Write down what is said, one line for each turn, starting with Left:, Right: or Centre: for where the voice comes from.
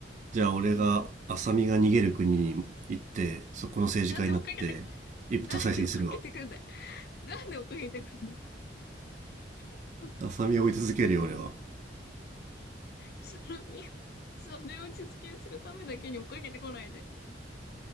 Right: じゃあ俺が浅見が逃げる国に行ってそこの政治家になって一夫多妻制にするわ
Left: <laughs> なんで追っかけて、なんで追っかけてくんだいなんで追っかけてくんの <laughs>
Right: 浅見を追い続けるよ俺は
Left: その、それを実現するためだけに追っかけてこないで。